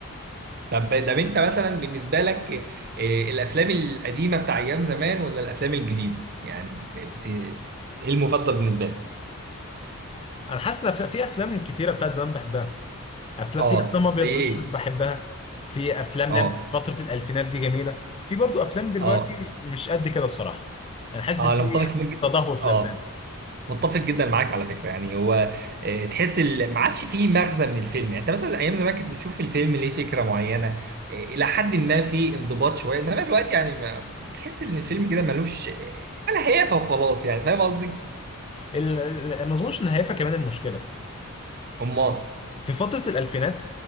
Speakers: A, on the right; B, on the left.
A: طب طب انت مثلا بالنسبه لك آه، الافلام القديمه بتاع ايام زمان ولا الافلام الجديده يعني بت... ايه المفضل بالنسبه لك
B: انا حاسس ان في في افلام كتيره بتاعت زمان بحبها افلام
A: اه
B: في افلام ابيض
A: زي
B: واسود
A: ايه
B: بحبها في افلام
A: اه
B: لم فتره الالفينات دي جميله في برضو افلام دلوقتي
A: اه
B: مش قد كده الصراحه انا حاسس
A: اه
B: إن في
A: انا متفق جدا-
B: تدهور في
A: اه
B: الافلام
A: متفق جدا معاك على فكره يعني هو آه، تحس ال... ما عادش فيه مغزى من الفيلم يعني انت مثلا ايام زمان كنت بتشوف الفيلم ليه فكره معينه آه، الى حد ما في انضباط شويه انما دلوقتي يعني ما... تحس ان الفيلم كده ملوش آه، ولا هيافه وخلاص يعني فاهم قصدي
B: ال- ال- ما اظنش ان هيفا كمان المشكله
A: امال
B: في فتره الالفينات